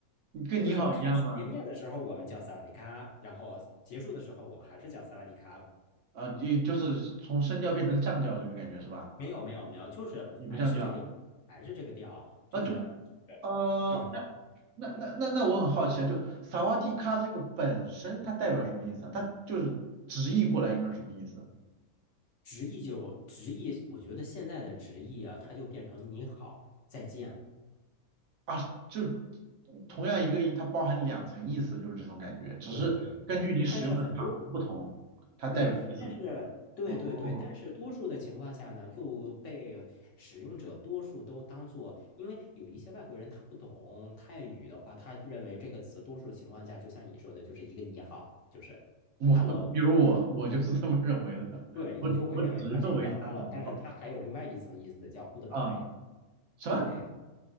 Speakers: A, on the right; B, on the left.
A: 你跟你好一样吗？
B: 就是开始见面的时候我们叫萨瓦迪卡，然后结束的时候我们还是叫萨瓦迪卡。
A: 啊，你就是从升调变成降调这个感觉是吧？
B: 没有没有没有，就是还是这个还是这个调，
A: 你不降调
B: 就是
A: 啊，就呃，
B: 就是。就是
A: 那那那那那我很好奇啊，就萨瓦迪卡这个本身它代表什么意思啊？它就是直译过来应该是什么意思？
B: 直译就直译，我觉得现在的直译啊，它就变成你好，再见。
A: 啊，就同样一个音，它包含两层意思，就是这种感觉，只是根据你使用的场合不同，
B: 对对对，但是很多
A: 它代表的意思不同。
B: 对，但是对对对，
A: 哦，
B: 但是多数的情况下呢，又被使用者多数都当做，因为有一些外国人他不懂泰语的话，他认为这个词多数情况下，就像你说的，就是一个你好，就是
A: 我比如我，
B: hello，
A: 我就是这么认为的，
B: 对你就会认为它是一个
A: 我我只认为它是你好
B: hello，但是它还有另外一层意思叫 goodbye，
A: 啊，什么？
B: 对，